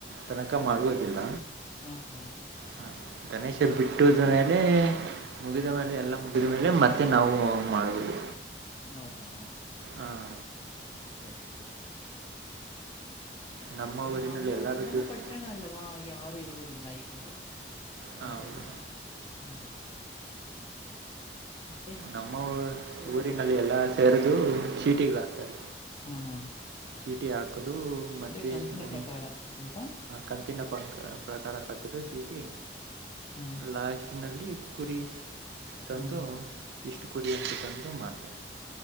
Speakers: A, on the right; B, on the left.
A: ತನಕ ಮಾಡುವುದಿಲ್ಲ
B: ಆ ಹಾ
A: ಹಾಂ ಗಣೇಶ ಬಿಟ್ಟದ ಮೇಲೆ ಮುಗಿದ ಮೇಲೆ ಎಲ್ಲ ಮುಗಿದ ಮೇಲೆ ಮತ್ತೆ ನಾವು ಮಾಡುವುದು
B: ಹೌದಾ
A: ಹಾಂ
B: ಸರಿ ಸರಿ
A: ನಮ್ಮ
B: ಅೆ
A: ಊರಿನಲ್ಲಿ
B: ನಾವು
A: ಎಲ್ಲರೂ
B: ನಮ್ಮ
A: ದುಡ್ಡು
B: ಪಟ್ಟ ಕಟ್ಟಣ ಅಲ್ವಾ ಯಾರು ಇರುವುದಿಲ್ಲ ಈ ಕಡೆ
A: ಹಾಂ
B: ಆದ್ದರಿಂದ
A: ಹೌದು
B: ಹ್ಮ್ ಮತ್ತೆ
A: ನಮ್ಮ
B: ನೀವು ಏನಾದ್ರು
A: ಊರಿನಲ್ಲಿ
B: ಹೇಳ್ತೀರಾ
A: ಎಲ್ಲ ಸೇರದು ಚೀಟಿಗಳಾಗ್ತಾರೆ
B: ಹಾ ಹಾ
A: ಚೀಟಿ ಹಾಕದು ಮತ್ತೆ
B: ಅಂದ್ರೆ ಕಂತಿನ
A: ಒನ್
B: ಪ್ರಕಾರ ಅಲ್ವಾ
A: ಕಂತಿನ ಪಂಕ್ ಪ್ರಕಾರ ಕಟ್ಟದು ಚೀಟಿ
B: ಹಾ
A: ಲಾಸ್ಟಿನಲ್ಲಿ ಕುರಿ ತಂದು
B: ಹಾ
A: ಇಷ್ಟು ಕುರಿ ಅಂತ ತಂದು ಮಾಡ್ತಾರೆ.